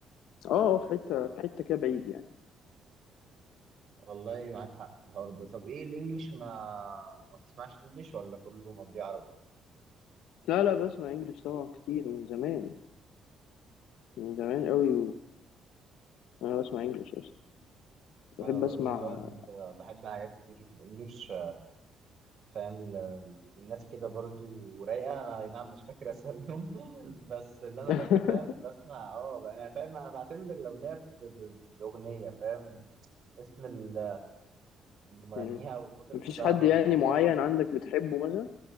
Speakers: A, on the left; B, on the right.
A: اه آه، في حتة في حتة كده بعيد يعني
B: والله معاك حق في الحوار ده طب ايه الانجليش ما ما بتسمعش انجليش ولا كله مضيع عربي
A: لا لا بسمع انجلش طبعا كتير من زمان من زمان قوي وأنا بسمع انجلش أصلا بحب
B: انا برضو
A: أسمع
B: فاهم ب- بحب حاجات كتير في الانجليش فاهم ل- للناس كده برضو رايقه انا أي نعم مش فاكر اساميهم <laughs> بس اللي انا
A: <laughs>
B: فاكره فاهم بسمع اه انا فاهم انا بعتمد الاغنيه ب- ب- بالاغنيه فاهم اسم ال- اللي مغنيها
A: مم.
B: والمطرب
A: مفيش
B: بتاعها
A: حد
B: ما
A: يعني
B: بيعلقش
A: معين عندك بتحبه مثلا